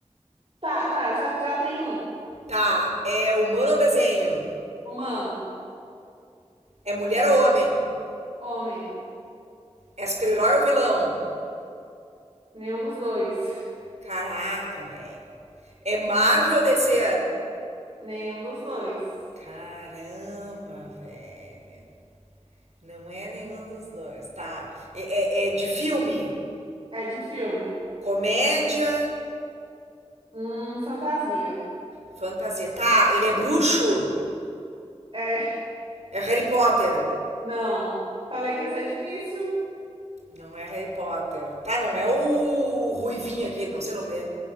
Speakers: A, on the right; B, on the right.
A: Tá, tá, já, já tem um.
B: Tá, é humano ou desenho?
A: Humano,
B: É mulher ou homem?
A: homem,
B: É super-herói ou vilão?
A: nenhum dos dois.
B: Caraca, velho. É Marvel ou DC?
A: Nenhum dos dois.
B: Caramba, velho. Não é nenhum dos dois. Tá. É, é- é de filme?
A: É de filme.
B: Comédia,
A: Hum, fantasia.
B: fantasia. Tá, ele é bruxo?
A: É,
B: É Harry Potter?
A: não. Falei que ia ser difícil?
B: Não é Harry Potter. Tá, não é o Ruivinho aquele, não sei o nome dele.